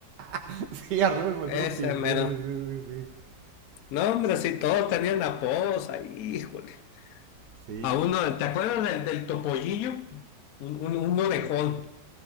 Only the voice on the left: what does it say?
ese
mero.
No, hombre, si todos tenían apodos ahí, híjole.
A uno, ¿te acuerdas del, del topollillo? Un, un, un orejón.